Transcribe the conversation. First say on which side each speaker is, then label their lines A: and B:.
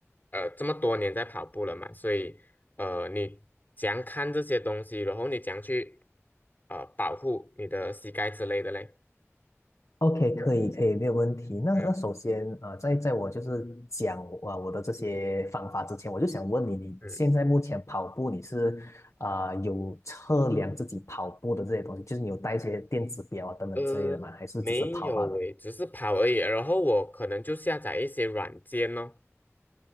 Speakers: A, on the left; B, on the left.
A: 呃这么多年在跑步了嘛，所以呃你怎样看这些东西，然后你怎样去呃保护你的膝盖之类的嘞？
B: ，OK，可以可以，没有问题。那那首先啊、
A: 嗯
B: 呃在在我就是讲啊、呃我的这些方法之前，我就想问你，你现在目前跑步你是啊、
A: 嗯。
B: 呃有测量自己跑步的这些东西，就是你有带一些电子表啊等等之类的吗？
A: 呃，
B: 还是只是跑罢了？
A: 没有诶，只是跑而已。然后我可能就下载一些软件哦。